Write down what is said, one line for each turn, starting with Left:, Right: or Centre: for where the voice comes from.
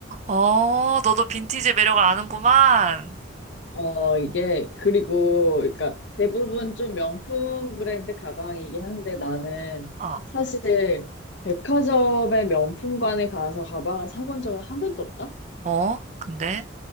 Right: 어, 너도 빈티지 매력을 아는구만.
Left: 어, 이게 그리고 그러니까 대부분 좀 명품 브랜드 가방이긴 한데 나는
Right: 어.
Left: 사실 백화점의 명품관에 가서 가방을 사본 적은 한 번도 없다.
Right: 어? 근데?